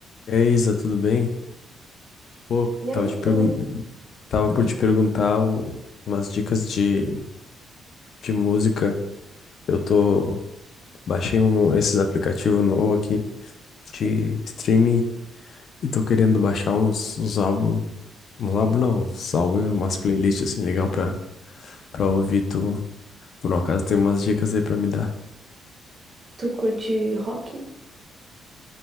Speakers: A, on the left (about 60°); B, on the right (about 35°).
A: E aí, Isa, tudo bem? Pô,
B: E aí,
A: tava te
B: eu tô
A: pergun...
B: bem.
A: tava por te perguntar um- umas dicas de... de música. Eu tô baixei um esses aplicativos novo aqui de streaming e tô querendo baixar uns, uns álbuns, uns álbuns não, uns álbuns, umas playlists assim legal pra para ouvir tu. Por um acaso tem umas dicas aí pra me dar.
B: Tu curte rock?